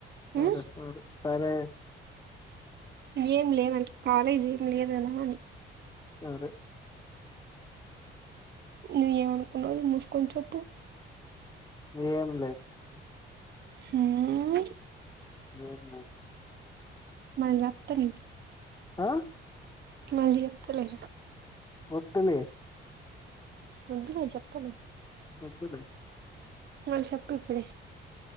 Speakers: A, on the left; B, on the right.
A: సరే
B: మ్
A: సరే సరే
B: ఏం లేదంట కాలేజ్ ఏం లేదు కదా అని
A: సరే
B: నువ్వు ఏమనుకున్నావ్ అది మూసుకొని చెప్పు
A: ఏం లే
B: హ్మ్మ్
A: ఏం లేదు
B: మల్ రఫ్తని
A: అ!
B: మళ్ళీ చెప్తలే
A: వద్దులే
B: ఉండు నేను చెప్తలే
A: వద్దులే
B: అ చెప్పు ఇప్పుడే